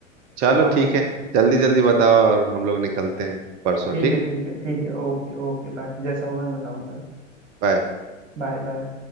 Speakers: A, on the right; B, on the right.
A: चलो
B: हाँ हाँ
A: ठीक
B: हाँ।
A: है जल्दी जल्दी बताओ और हम लोग निकलते हैं परसों
B: ठीक
A: ठीक
B: है ठीक है ठीक है ओके ओके बाय जैसा होगा मैं बताऊंगा
A: बाय
B: Bye bye